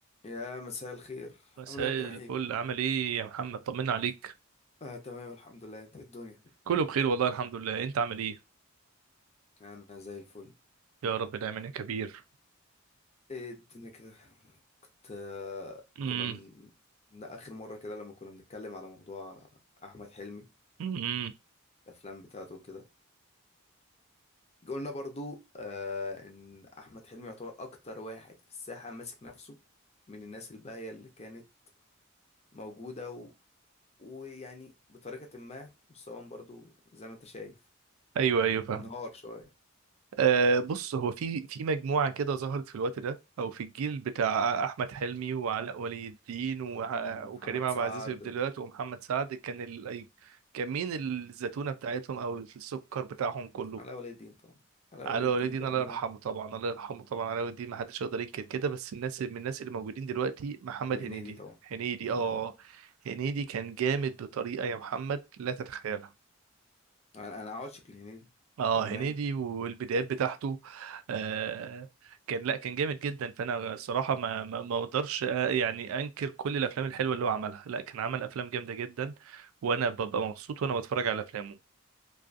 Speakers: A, on the left; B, on the right.
A: يا مساء الخير
B: مساء
A: عامل ايه يا عبد
B: الفل
A: الرحيم
B: عامل ايه يا محمد طمنا عليك
A: آه تمام الحمد لله انت إيه الدنيا
B: كله بخير والله الحمد لله انت عامل ايه
A: انا زي الفل
B: يا رب دايما يا كبير
A: ايه الدنيا كده كنت آه
B: امم
A: كنا من... من اخر مرة كده لما كنا بنتكلم على موضوع احمد حلمي
B: امم
A: الافلام بتاعته وكده قلنا برضو آه ان احمد حلمي يعتبر اكتر واحد في الساحة ماسك نفسه من الناس الباقية اللي كانت موجودة و... ويعني بطريقة ما مستواهم برضو زي ما انت شايف
B: ايوه ايوه فاهم
A: انهار شوية
B: أه بص هو في في مجموعه كده ظهرت في الوقت ده او في الجيل بتاع احمد حلمي وعلاء ولي الدين وع-
A: م-
B: وكريم
A: محمد
B: عبد
A: سعد
B: العزيز في بداياته ومحمد سعد كان ال... كان مين الزتونه بتاعتهم او السكر بتاعهم كله
A: علاء ولي الدين طبعا علاء
B: علي
A: ولي الدين
B: وليدين
A: بأمانة
B: الله يرحمه طبعا الله يرحمه طبعا علي وليدين ما حدش يقدر ينكر كده بس الناس من الناس اللي موجودين دلوقتي محمد
A: وهنيدي
B: هنيدي
A: طبعا
B: هنيدي
A: هنيدي
B: اه
A: طبعا
B: هنيدي كان جامد بطريقة يا محمد لا تتخيلها
A: أنا أنا عاشق لهنيدي
B: اه
A: بأمانة
B: هنيدي والبدايات بتاعته آه كان لا كان جامد جدا فانا الصراحة ما ما ما اقدرش آه، يعني انكر كل الافلام الحلوة اللي هو عملها لا كان عمل افلام جامدة جدا وانا ببقى مبسوط وانا بتفرج على افلامه